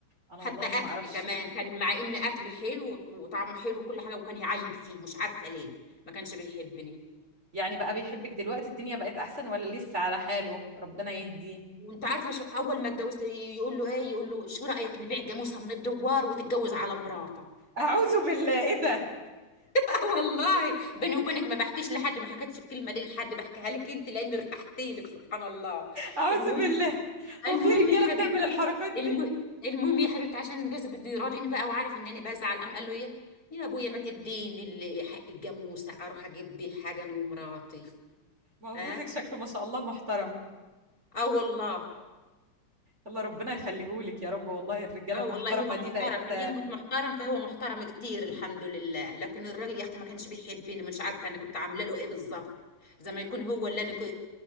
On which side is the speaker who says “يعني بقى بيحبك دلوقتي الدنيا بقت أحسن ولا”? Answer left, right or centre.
Right